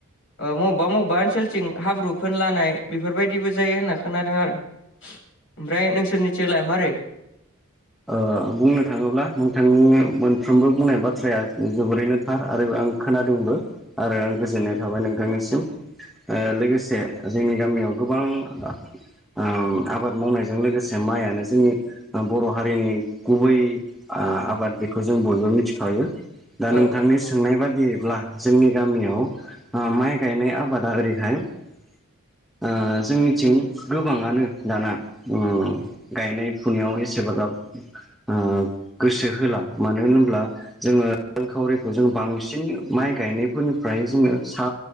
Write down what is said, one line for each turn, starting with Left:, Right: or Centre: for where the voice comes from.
Left: ओ मब्बा मब्बा ओन सोलथिं हाब्रु फोनलानाय बेफोरबायदिबो जायो होनना खोनादों आरो। ओमफ्राय नोंसोरनिथिंलाय मारै?
Centre: ओ बुंनो थाङोब्ला नोंथांनि मोनफ्रोमबो बुंनाय बाथ्राया जोबोरैनो थार आरो आं खोनादोंबो आरो आं गोजोननाय थाबाय नोंथांनिसिम। ओ लोगोसे जोंनि गामियाव गोबां आ आम आबाद मावनायजों लोगोसे माइय आनो जोंनि बर' हारिनि गुबै आबाद बेखौ जों बयबो मिथिखायो। दा
Left: औ
Centre: नोंथांनि
Left: नंगौ
Centre: सोंनाय बादिब्ला जोंनि गामियाव आ माइ गायनाय आबादा ओरैहाय ओ जोंनिथिं गोबाङानो दाना उम गायनाय फुनायाव एसेबागाब आ गोसो होला मानो होनोब्ला जोङो रांखावरिखौ जोङो बांसिन माइ गायनाय फोरनि फ्राय जोङो सा